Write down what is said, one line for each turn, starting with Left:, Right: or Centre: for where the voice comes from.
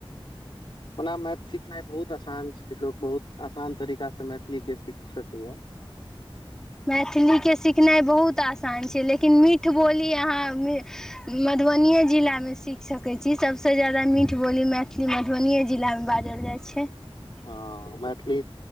Left: ओना मैथिल सिखनाइ बहुत आसान छै लोक बहुत आसान तरीका स मैथिलीके सीख सकैया <inaudible>
Centre: मैथिलीके सिखनाइ बहुत आसान छै लेकिन मीठ बोली अहाँ मधुबनीए जिलामे सीख सकैत छी सभसँ ज्यादा मीठ बोली मैथिलीमे मनियए जिलामे बाजल जाइ छै
Left: हाँ मैथिली